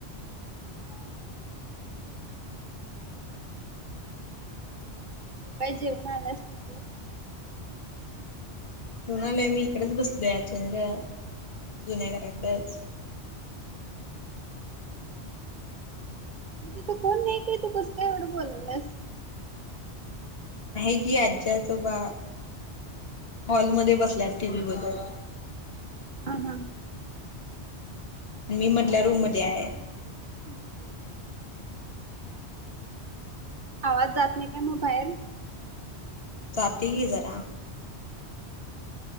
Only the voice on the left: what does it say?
जेवण आलोय. मी इकडेच बसलोय <unintelligible> जुन्या घराकडच.
आहे की आजी आजोबा हॉलमध्ये बसल्यात टी व्ही बघत.
मी मधल्या रूम मध्ये आहे.
जातोय की जरा.